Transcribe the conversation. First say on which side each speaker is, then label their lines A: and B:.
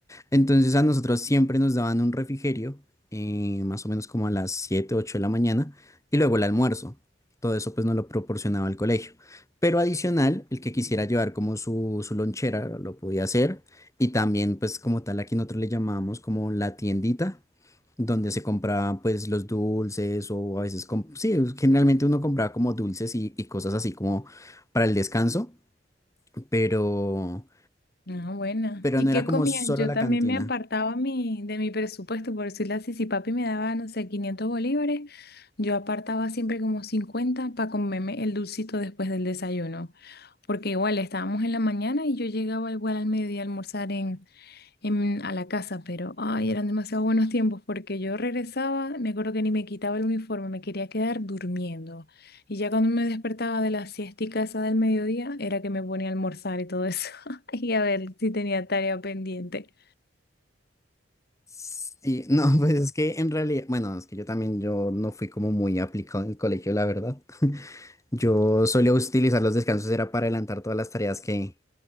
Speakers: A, on the left; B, on the left.
A: Entonces a nosotros siempre nos daban un refrigerio, eh, más o menos como a las 7 8 de la mañana, y luego el almuerzo. Todo eso pues nos lo proporcionaba el colegio. Pero adicional, el que quisiera llevar como su, su lonchera lo podía hacer. Y también pues como tal aquí nosotros le llamábamos como la tiendita, donde se compraban pues los dulces o a veces, com- sí, generalmente uno compraba como dulces y, y cosas así como para el descanso, pero,
B: Ah, buena.
A: pero
B: ¿Y
A: no
B: qué
A: era como
B: comías?
A: solo
B: Yo
A: la
B: también
A: cantina.
B: me apartaba mi, de mi presupuesto, por decirlo así, si papi me daba, no sé, 500 bolívares, yo apartaba siempre como 50 para comerme el dulcito después del desayuno, porque igual estábamos en la mañana y yo llegaba igual al mediodía a almorzar en, en- a la casa, pero ay, eran demasiado buenos tiempos porque yo regresaba, me acuerdo que ni me quitaba el uniforme, me quería quedar durmiendo. Y ya cuando me despertaba de la siestica esa del mediodía, era que me ponía a almorzar y todo eso, <laughs> y a ver si tenía tarea pendiente.
A: Sí, no, <laughs> pues es que en realidad, bueno, es que yo también, yo no fui como muy aplicado en el colegio, la verdad. <laughs> Yo solía utilizar los descansos, era para adelantar todas las tareas que,